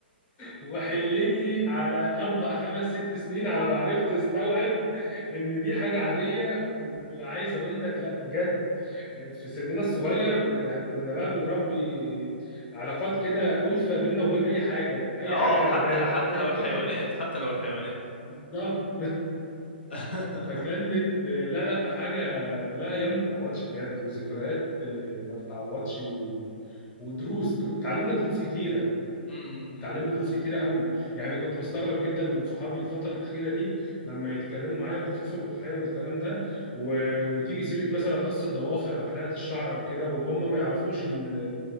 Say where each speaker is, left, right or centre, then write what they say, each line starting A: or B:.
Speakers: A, on the left; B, on the left.
A: وحلني على اربع خمس ست سنين على ما عرفت استوعب ان دي حاجه عاديه وعايز اقول لك لا بجد في سننا الصغير يعني كنا بقى بنربي علاقات كده ألفة بيننا وبين اي حاجه اي
B: اه
A: حاجه
B: <coughs> حتى
A: غلبانه
B: لو حتى
A: <laughs>
B: لو الحيوانات حتى لو الحيوانات
A: بالظبط
B: <laughs>
A: فكانت آه، لا لا حاجه لا ايام ما تتعوضش بجد وذكريات آه، ما تتعوضش و... ودروس درو... اتعلمنا دروس كتيره
B: م-
A: اتعلمنا دروس كتيره قوي يعني كنت بستغرب جدا من صحابي الفتره الاخيره دي لما يتكلموا معايا بخصوص الاضحيه والكلام ده و... وتيجي سيره مثلا قص الضوافر او حلقه الشعر او كده وهم ما يعرفوش ان